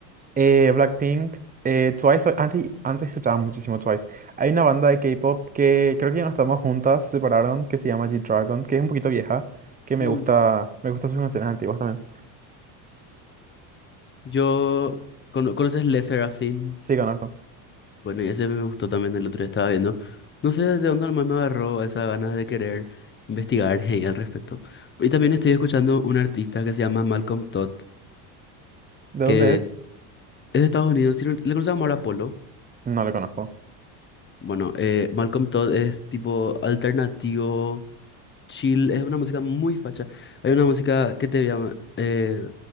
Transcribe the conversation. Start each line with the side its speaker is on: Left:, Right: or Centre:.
Right: Eh, Blackpink, eh, Twice, o- antes, antes escuchaba muchísimo Twice. Hay una banda de K-pop que creo que ya no estamos juntas, se separaron, que se llama G-Dragon, que es un poquito vieja, que me
Left: Mm.
Right: gusta, me gustan sus canciones antiguas también.
Left: yo, cono- ¿conoces Le Serafin?
Right: Sí, conozco.
Left: Bueno, y ese me gustó también el otro día estaba viendo. No sé de dónde alma me agarró esas ganas de querer investigar <laughs> y al respecto. Y también estoy escuchando un artista que se llama Malcolm Todd,
Right: ¿De
Left: que
Right: dónde es?
Left: es de Estados Unidos, tiene un- le conocemos ahora Apollo.
Right: No lo conozco.
Left: Bueno, eh, Malcolm Todd es tipo alternativo, chill, es una música muy facha. Hay una música que te voy a eh,